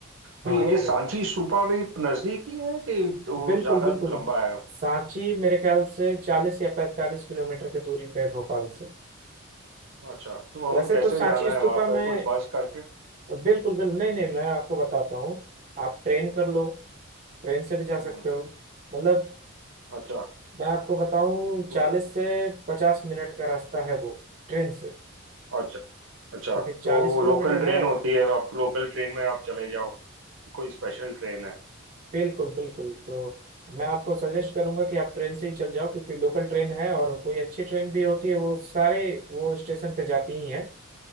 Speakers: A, on the right; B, on the right.
A: तो
B: हाँ
A: ये
B: तो
A: सांची स्तूपा भी नजदीक ही है कि वो
B: बिल्कुल
A: ज्यादा
B: बिल्कुल
A: लंबा है
B: सांची मेरे ख्याल से चालीस या पैंतालीस किलोमीटर की दूरी पे है भोपाल से
A: अच्छा तो हम
B: वैसे
A: कैसे
B: तो सांची
A: जाना
B: स्तूपा
A: है वहां
B: में
A: पर कोई बस करके
B: बिल्कुल बिल्कुल नहीं नहीं मैं आपको बताता हूँ आप ट्रेन कर लो ट्रेन से भी जा
A: हम्म,
B: सकते हो मतलब
A: अच्छा
B: मैं आपको बताऊँ
A: तो-
B: चालीस से पचास मिनट का रास्ता है वो ट्रेन से
A: अच्छा अच्छा
B: क्योंकि चालीस
A: तो वो
B: किलोमीटर
A: लोकल ट्रेन
B: है और
A: होती है आप लोकल ट्रेन में आप चले जाओ कोई स्पेशल ट्रेन है
B: बिल्कुल बिल्कुल तो मैं आपको सजेस्ट करूंगा कि आप ट्रेन से ही चल जाओ क्योंकि लोकल ट्रेन है और कोई अच्छी ट्रेन भी होती है वो सारे वो स्टेशन पे जाती ही है